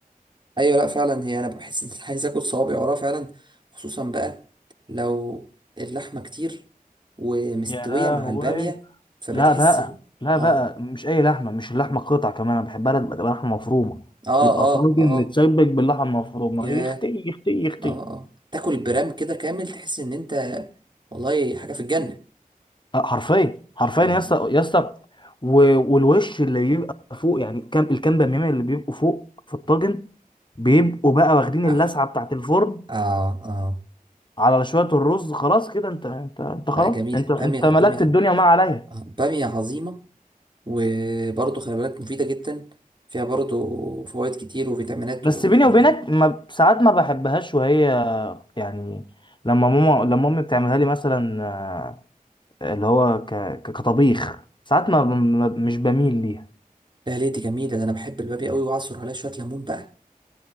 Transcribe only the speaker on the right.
ايوه لا فعلا هي انا بحس ان أنا عايز اكل صوابعي وراه فعلا خصوصا بقى لو اللحمه كتير ومستويه
مع الباميه فبتحس
ان
اه
اه
اه
اه
ياه
اه اه تاكل برام كده كامل تحس ان انت والله حاجه في الجنه
اه
اه
اه, آه.
آه جميله
باميه
باميه
آه. باميه عظيمه وبرضه خلي بالك مفيده جدا فيها برضه فوائد كتير وفيتامينات
وحاجات
لا ليه دي جميله ده انا بحب البابي قوي واعصر عليها شويه ليمون بقى